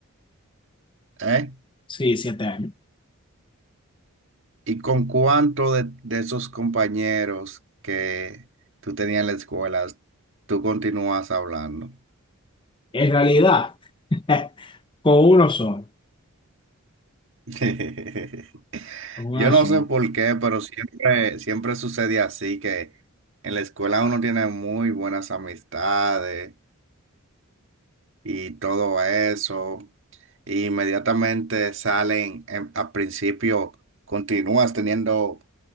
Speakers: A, on the right (about 55°); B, on the left (about 20°).
A: ¿Eh?
B: Sí, siete años.
A: ¿Y con cuánto de, de esos compañeros que tú tenías en la escuela tú continúas hablando?
B: En realidad, <laughs> con uno solo,
A: <laughs>
B: con uno
A: Yo no
B: solo.
A: sé por qué, pero siempre, siempre sucede así, que en la escuela uno tiene muy buenas amistades y todo eso, y inmediatamente salen, em, al principio continúas teniendo